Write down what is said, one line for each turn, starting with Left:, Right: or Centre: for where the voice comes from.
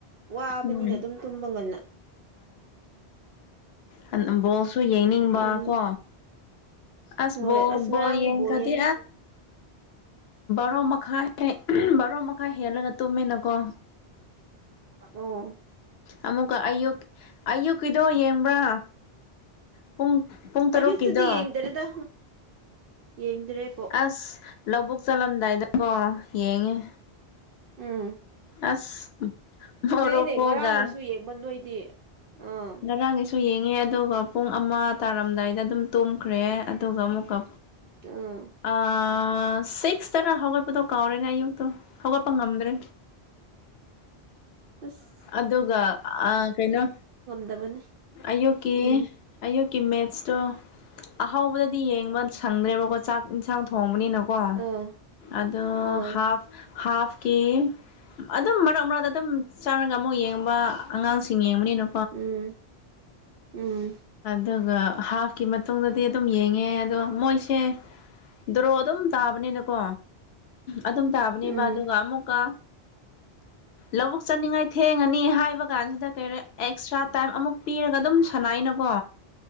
Right: ꯋꯥꯕꯅꯤꯅ
Left: ꯎꯝ
Right: ꯑꯗꯨꯝ ꯇꯨꯝꯕ ꯉꯟꯅ
Left: ꯍꯣꯏ ꯕꯣꯜꯁꯨ ꯌꯦꯡꯅꯤꯡꯕ
Right: ꯑꯗꯨꯝ
Left: ꯀꯣ ꯑꯁꯕꯕꯣ
Right: ꯍꯣꯏ ꯑꯁ ꯉꯔꯥꯡꯗꯤ
Left: ꯌꯦꯡ
Right: ꯕꯣꯜ
Left: ꯀꯗꯦ
Right: ꯌꯦꯡꯉꯦ
Left: ꯔꯣ ꯃꯈꯈꯥꯏ ꯑꯦ ꯕꯥꯔꯣ ꯃꯈꯥꯏ ꯍꯦꯜꯂꯒ ꯇꯨꯝꯃꯦꯅꯀꯣ
Right: ꯑꯣ
Left: ꯑꯃꯨꯛꯀ ꯑꯌꯨꯛ ꯑꯌꯨꯛꯀꯤꯗꯣ ꯌꯦꯡꯕ꯭ꯔꯥ ꯄꯨꯡ ꯄꯨꯡ ꯇꯔꯨꯛꯀꯤꯗꯣ
Right: ꯑꯌꯨꯛꯇꯗꯤ ꯌꯦꯡꯗꯔꯦꯗ ꯌꯦꯡꯗ꯭ꯔꯦꯕꯣ
Left: ꯑꯁ ꯂꯧꯕꯨꯛ ꯆꯠꯂꯝꯗꯥꯏꯗ ꯀꯣ ꯌꯦꯡꯉꯦ
Right: ꯎꯝ
Left: ꯑꯁ ꯃꯣꯔꯣꯀꯣꯒ
Right: ꯐꯩꯅꯦ ꯉꯔꯥꯡꯒꯤꯁꯨ ꯌꯦꯡꯕ ꯅꯣꯏꯗꯤ ꯑꯥ
Left: ꯉꯔꯥꯡꯒꯤꯁꯨ ꯌꯦꯡ ꯉꯦ ꯑꯗꯨꯒ ꯄꯨꯡ ꯑꯃ ꯇꯥꯔꯝꯗꯥꯏꯗ ꯑꯗꯨꯝ ꯇꯨꯝꯈ꯭ꯔꯦ ꯑꯗꯨꯒ ꯑꯃꯨꯛꯀ
Right: ꯑꯥ
Left: ꯑꯑ ꯁꯤꯛꯁ ꯇꯔ ꯍꯧꯒꯠꯄꯗꯣ ꯀꯥꯎꯔꯦꯅꯦ ꯑꯌꯨꯛꯇꯣ ꯍꯧꯒꯠꯄ ꯉꯝꯗ꯭ꯔꯦ
Right: ꯑꯁ
Left: ꯑꯗꯨꯒ ꯑ ꯀꯩꯅꯣ
Right: ꯕꯅꯤ
Left: ꯑꯌꯨꯛꯀꯤ
Right: ꯎꯝ
Left: ꯑꯌꯨꯛꯀꯤ ꯃꯦꯠꯁꯇꯣ ꯑꯍꯥꯎꯕꯗꯗꯤ ꯌꯦꯡꯕ ꯁꯪꯗ꯭ꯔꯦꯕꯀꯣ ꯆꯥꯛ ꯏꯟꯁꯥꯡ ꯊ ꯊꯣꯕꯅꯤꯅ ꯀꯣ
Right: ꯑꯥ
Left: ꯑꯗꯣ
Right: ꯑꯥ
Left: ꯍꯥꯐ ꯍꯥꯐꯀꯤ ꯑꯗꯨꯝ ꯃꯔꯛ ꯃꯔꯛꯇ ꯑꯗꯨꯝ ꯆꯪꯔꯒ ꯑꯃꯨꯛ ꯌꯦꯡꯕ ꯑꯉꯥꯡꯁꯤꯡ ꯌꯦꯡꯕꯅꯤꯅ
Right: ꯎꯝ ꯎꯝ
Left: ꯑꯗꯨꯒ ꯍꯥꯐꯀꯤ ꯃꯇꯨꯡꯗꯗꯤ ꯑꯗꯨꯝ ꯌꯦꯡꯉꯦ ꯑꯗꯣ ꯃꯣꯏꯁꯦ ꯗ꯭ꯔꯣ ꯑꯗꯨꯝ ꯇꯥꯕꯅꯤꯅꯀꯣ ꯑꯗꯨꯝ ꯇꯥꯕꯅꯦꯕ
Right: ꯎꯝ
Left: ꯑꯗꯨꯒ ꯑꯃꯨꯛꯀ ꯂꯧꯕꯨꯛ ꯆꯠꯅꯤꯡꯉꯥꯏ ꯊꯦꯡꯉꯅꯤ ꯍꯥꯏꯕ ꯀꯥꯟꯁꯤꯗ ꯀꯩꯔ ꯑꯦꯛꯁꯇ꯭ꯔꯥ ꯇꯥꯏꯝ ꯑꯃꯨꯛ ꯄꯤꯔꯒ ꯑꯗꯨꯝ ꯁꯥꯟꯅꯩꯅꯀꯣ